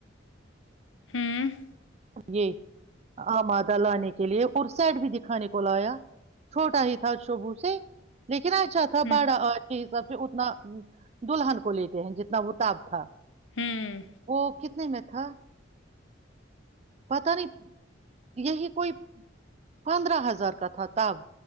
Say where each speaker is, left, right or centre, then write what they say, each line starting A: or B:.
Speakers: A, on the left (about 75°); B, on the right (about 35°).
A: ہاں <inaudible>
B: یہ آمادہ لانے کے لیے اور سیڈ بھی دکھانے کو لایا چھوٹا ہی تھا شوبو سے لیکن کرا اچھا تھا
A: ہ
B: باڑا اور کے سب اتنا دلہن کو لیتے ہیں جتنا وہ تب تھا
A: ہوں
B: وہ کتنے میں <inaudible> تھاھ <inaudible> پتا نہیں یہی کوئی پندرہ ہزار کا تھا تب